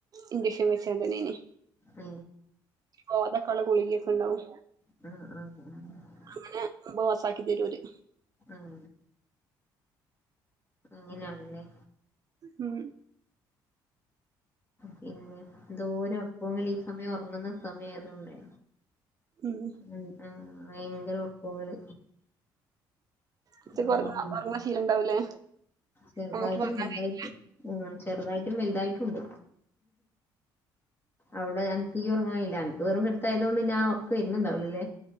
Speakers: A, on the right; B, on the left.
A: ഇഞ്ചെക്ഷൻ വെച്ചോണ്ടന്നെ അയ്നിം
B: ഉ
A: പോകൻ ലെഗുളികിയൊക്കെ ഉണ്ടാവും
B: ആഹ ആഹ ഉ
A: അങ്ങനെ ബോക്സ ആക്കി തരുഓല്
B: ഉം അങ്ങനെയണല്ലേ?
A: ഉം
B: പിന്നെ എന്തോര് ഓർക്കുങ്ങല് ഈ സമയം ഒറങ്ങ്ന്ന സമയ ആയതോണ്ടെ
A: ഉം
B: ആ ആഹ ഭയങ്കര ഒർക്ക്തുങ്ങൽ
A: ഇച്ച്
B: ആഹ
A: ഒറങ്ങ
B: അതെ
A: ഒറങ്ങണ ശീലണ്ടാവൂലേ
B: ചെറുതായിട്ടും
A: ഞമ്മക്ക് ഒറങ്ങാൻ
B: വൽ
A: കഴിയൂല
B: തായിട്ടും ഉ ചെറുതായിട്ടും വലുതായിട്ടുംണ്ട് അവിടെ അനക്ക് ഉറങ്ങാൻ കയില്ല അനക്ക് വെറും കെടത്തയതു കൊണ്ട് ഞാൻ ഒർക്ക് വരുന്നുണ്ടാവില്ലലെ?